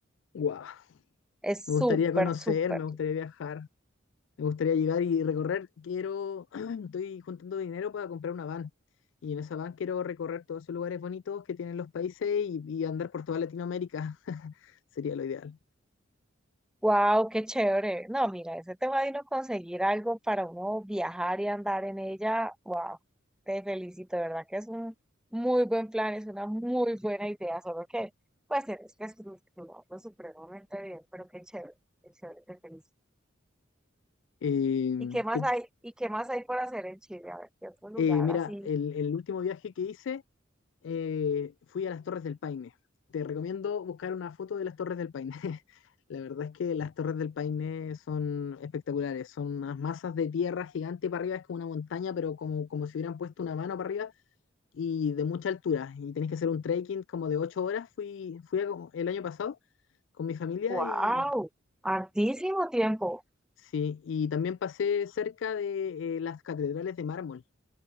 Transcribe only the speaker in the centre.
Es
súper,
súper.
Wow, qué chévere. No, mira, ese tema de uno conseguir algo para uno viajar y andar en ella, wow, te felicito, de verdad que es un muy buen plan, es una muy buena idea, solo que pues tienes que estructurarlo supremamente bien, pero qué chévere, qué chévere, te felicito.
¿Y qué más
hay? ¿Y qué más hay por hacer en Chile? A ver, qué otro lugar
así.
Wow,
hartísimo tiempo.